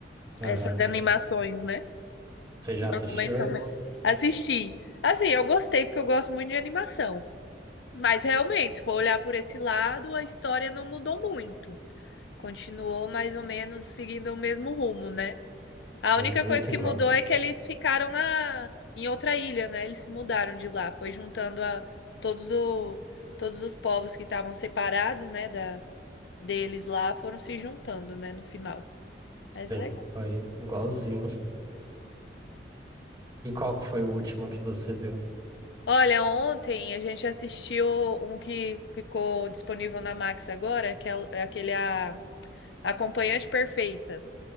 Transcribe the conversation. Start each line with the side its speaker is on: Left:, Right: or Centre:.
Right: Aham.
Left: Essas animações, né?
Right: Você já assistiu
Left: Realmente são
Right: esse?
Left: me- Assisti. Assim, eu gostei porque eu gosto muito de animação. Mas realmente, se for olhar por esse lado, a história não mudou muito. Continuou mais ou menos seguindo o mesmo rumo, né? A
Right: Foi
Left: única
Right: muito
Left: coisa que
Right: igual.
Left: mudou é que eles ficaram na em outra ilha, né? Eles se mudaram de lá, foi juntando a todos o todos os povos que estavam separados, né, da deles lá, foram se juntando, né, no final. Mas
Right: Sim,
Left: é legal.
Right: foi igualzinho. E qual que foi o último que você viu?
Left: Olha, ontem a gente assistiu um que ficou disponível na Max agora, que é é aquele a Acompanhante Perfeita.